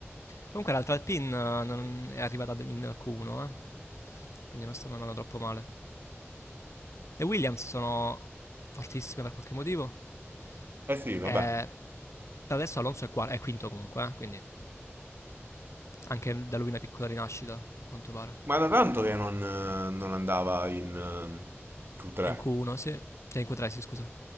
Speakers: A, on the left; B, on the right.
A: Comunque l'altra Alpine eh, non è arrivata in Q1, eh, quindi non stanno andando troppo male. Le Williams sono fortissime per qualche motivo,
B: Eh sì, vabbè.
A: e per adesso Alonso è, qua- è quinto comunque, eh, quindi anche da lui una piccola rinascita a quanto pare.
B: Ma da tanto che non, eh, non andava in eh, Q3,
A: in Q1, sì, cioè in Q3, sì, scusa.